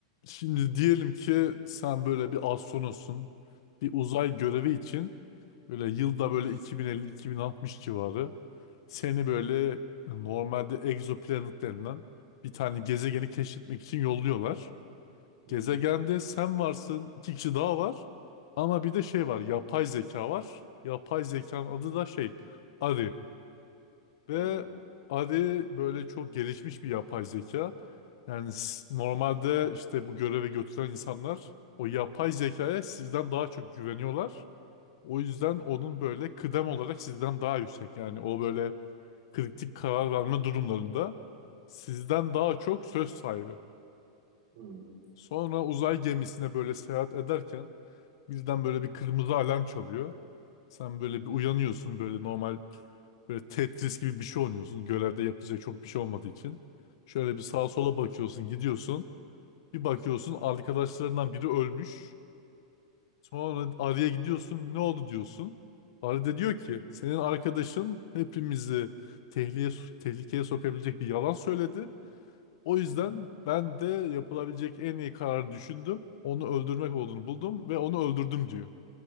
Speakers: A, on the left; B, on the right.
A: Şimdi diyelim ki sen böyle bir astronotsun. Bir uzay görevi için böyle yılda böyle 2050-2060 civarı seni böyle normalde egzoplanet denilen bir tane gezegeni keşfetmek için yolluyorlar.
B: Hı
A: Gezegende
B: hı.
A: sen varsın, iki kişi daha var. Ama bir de şey var, yapay zeka var. Yapay zekanın adı da şey, Ari. Ve
B: Harry.
A: Ari böyle çok gelişmiş bir yapay zeka. Yani s- normalde işte bu göreve götüren insanlar o yapay zekaya sizden daha çok güveniyorlar. O yüzden onun böyle kıdem olarak sizden daha yüksek. Yani o böyle kritik karar verme durumlarında sizden daha çok söz sahibi.
B: Hı hı.
A: Sonra uzay gemisine böyle seyahat ederken birden böyle bir kırmızı alarm çalıyor. Sen böyle bir uyanıyorsun böyle normal böyle Tetris gibi bir şey oynuyorsun. Görevde yapacak çok bir şey olmadığı için. Şöyle bir sağa sola bakıyorsun, gidiyorsun. Bir bakıyorsun arkadaşlarından biri ölmüş. Sonra Arya gidiyorsun, ne oldu diyorsun. Arya da diyor ki senin arkadaşın hepimizi tehlikeye, tehlikeye sokabilecek bir yalan söyledi. O yüzden
B: Hı hı.
A: ben de yapılabilecek en iyi kararı düşündüm. Onu öldürmek olduğunu buldum ve onu öldürdüm diyor.